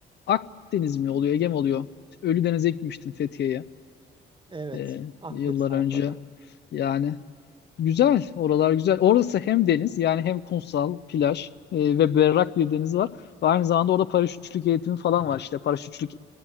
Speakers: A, on the left; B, on the right.
A: Akdeniz mi oluyor, Ege mi oluyor? Ölüdeniz'e gitmiştim Fethiye'ye
B: Evet,
A: e,
B: Akdeniz
A: yıllar
B: tarafları.
A: önce. Yani güzel, oralar güzel. Orası hem deniz yani hem kumsal, plaj e, ve berrak bir deniz var. Ve aynı zamanda orada paraşütçülük eğitimi falan var işte. Paraşütçülük